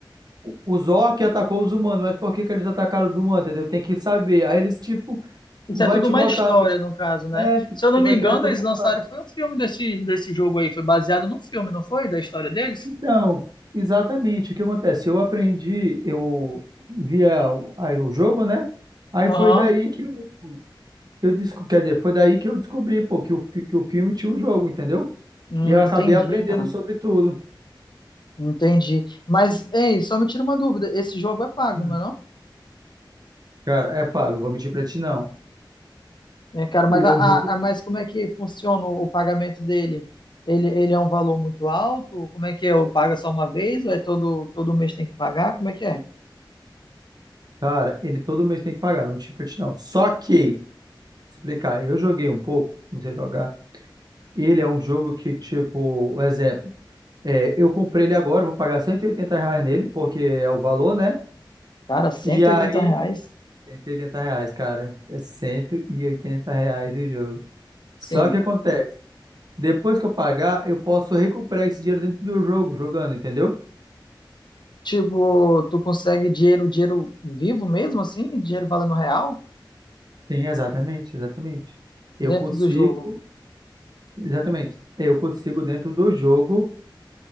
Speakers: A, on the right; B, on the left.
A: o- os orcs atacou os humanos, mas por que que eles atacaram os humanos, entendeu? Tem que saber. Aí eles, tipo,
B: Isso
A: vai
B: é tudo
A: te
B: uma
A: botar,
B: história,
A: vai te...
B: no caso, né?
A: É, tu-
B: Se eu não
A: você vai
B: me engano,
A: criar toda
B: eles
A: uma
B: lançaram,
A: história.
B: foi um filme desse, desse jogo aí, foi baseado no filme, não foi? Da história deles?
A: Então, exatamente, o que acontece? Eu aprendi, eu via o aí o jogo, né? Aí
B: Aham.
A: foi daí que eu Eu desco... Quer dizer, foi daí que eu descobri, pô, que o, fi- que o filme tinha um jogo, entendeu?
B: Hum,
A: E eu acabei
B: entendi,
A: aprendendo
B: cara.
A: sobre tudo.
B: Entendi. Mas, ei, só me tira uma dúvida. Esse jogo é pago,
A: Hum.
B: não é não?
A: Cara, é pago, vou mentir pra ti não.
B: É, cara, mas,
A: Ele
B: a,
A: é um
B: a,
A: jogo.
B: a- mas como é que funciona o pagamento dele? Ele, ele é um valor muito alto? Como é que é? Eu paga só uma vez ou é todo, todo mês tem que pagar? Como é que é?
A: Cara, ele todo mês tem que pagar, não vou mentir pra ti não. Só que, explicar, eu joguei um pouco, comecei a jogar. Ele é um jogo que, tipo, um exemplo, é, eu comprei ele agora, vou pagar 180 reais nele, porque é o valor, né?
B: Cara, cento
A: E aí,
B: e oitenta reais?
A: 180 reais, cara, é 180 reais o jogo. Só
B: Sim.
A: que acontece. Depois que eu pagar, eu posso recuperar esse dinheiro dentro do jogo, jogando, entendeu?
B: Tipo, tu consegue dinheiro, dinheiro vivo mesmo, assim? Dinheiro valendo real
A: Sim, exatamente, exatamente. Eu
B: dentro
A: consigo,
B: do jogo?
A: exatamente. Eu consigo dentro do jogo,